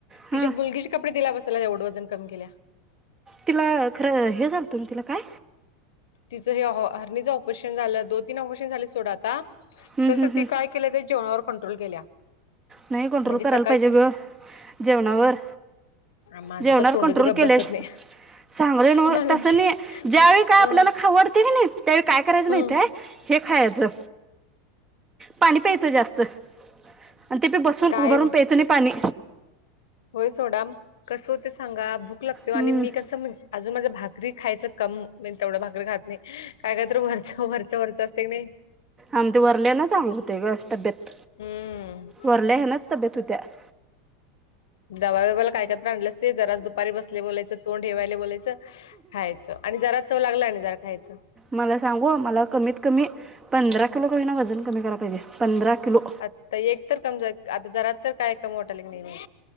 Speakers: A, on the right; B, on the left.
A: हां
B: ति मुलगी कपडे तीला बसला एवढं वजन कमी केल्या.
A: तिला खरं हे झालतं ना तिला काय?
B: तिचं हे हर्नीचं ऑपरेशन झालं दोन तीन ऑपरेशन झाले सोड आता.
A: हं,
B: चल
A: हं,
B: तर
A: हं.
B: ती काय केल्या जेवणावर कंट्रोल केल्या.
A: नाही कंट्रोल
B: म्हणजे
A: करायला
B: सकाळी
A: पाहिजे
B: चहा-
A: ग, जेवणावर.
B: माझं
A: जेवणार
B: तर तोंडच
A: कंट्रोल
B: गप
A: केल्या
B: बसत
A: शि,
B: नाही
A: सांगालोय नवं
B: माझं
A: तस
B: जे-
A: नाही, ज्यावेळी
B: मला-
A: काय आपल्याला
B: हं,
A: खाऊ वाटतंय कणी. त्यावेळी काय करायचं
B: हं.
A: माहित आहे, हे खायचं, पाणी प्यायचं जास्त. आणि ते बी बसून
B: काय
A: उभारून
B: हो
A: प्यायचं नाही पाणी.
B: होय सोडा, कसं होतय सांगा भूक लागते वो
A: हं,
B: आणि मी कसं म्हण अजून माझं भाकरी खायचं कम तेवढं भाकरी खात नाही. काय काय तर वरच वरच वरच असतय कनाय
A: आम ते वरल्यालाच आंग होते ग तब्येत,
B: हम्म
A: वरल्या हिलाच तब्येत होत्या. <inaudible>
B: दबा दबायाला काय काय तर आणल्यास ते जराजच दुपारी बसले बोलायचं तोंड हे वायलय बोलायचं, खायचं. आणि जरा चव लागला आणि जरा खायचं.
A: मला सांगू मला कमीत कमी, पंधरा किलो कमी ना वजन कमी करायला पाहिजे पंधरा किलो.
B: आता एक तर कमज आता जरा तर काय कम वाटायलय का नाही मग.